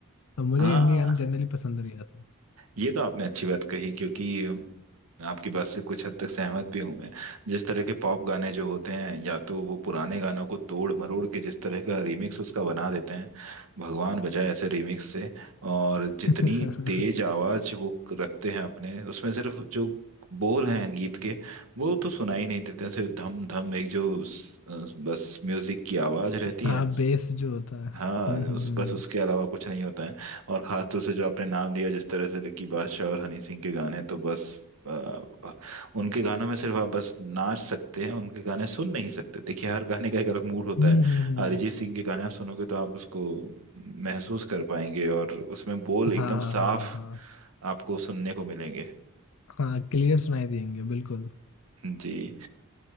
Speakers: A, on the left; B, on the right.
A: तो मुझे
B: हाँ
A: इनके गाने जनरली पसंद नहीं आते
B: ये तो आपने अच्छी बात कही क्योंकि आपकी बात से कुछ हद तक सहमत भी हूं मैं जिस तरह के पॉप गाने जो होते हैं या तो वो पुराने गानों को तोड़ मरोड़ के जिस तरह का रीमिक्स उसका बना देते हैं भगवान बचाए ऐसे रीमिक्स से और जितनी
A: <laughs>
B: तेज आवाज वो रखते हैं अपने उसमें सिर्फ जो बोल हैं गीत के वो तो सुनाई नहीं देते हैं, सिर्फ धम धम एक जो स- बस म्यूजिक की आवाज रहती
A: हाँ
B: है
A: बेस जो होता है
B: हाँ
A: हम्म हम्म
B: उस बस उसके अलावा कुछ नहीं होता है और खासतौर से जो आपने नाम लिया जिस तरह से लकी बादशाह और हनी सिंह के गाने तो बस आ, आ, उनके गानों में सिर्फ आप बस नाच सकते हैं उनके गाने सुन नहीं सकते देखिए हर गाने का एक अलग मूड होता
A: हम्म
B: है
A: हम्म हम्म, हम्म।
B: अरिजीत सिंह के गाने आप सुनोगे तो आप उसको महसूस कर पाएंगे और उसमें बोल एकदम
A: हाँ
B: साफ
A: हाँ हाँ हाँ
B: आपको सुनने को मिलेंगे
A: हाँ हाँ क्लियर सुनाई देंगे बिल्कुल
B: जी